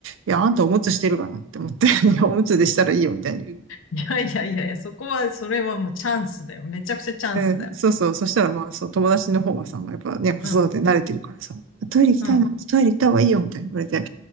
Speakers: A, on the right; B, on the left.
A: いや、あんたおむつしてるかなって思って、<laughs> いや、おむつでしたらいいよみたいに
B: いやいやいやいやいや、そこは、それはもうチャンスだよ。めちゃくちゃチャンスだよ。
A: うん、そうそう。そしたらまあ、そう、友達の方はさ、まあやっぱね、子育て慣れてるからさ、
B: うん、
A: トイレ行きたいな、
B: うん、
A: トイレ行った方がいいよ、みたいに言われて、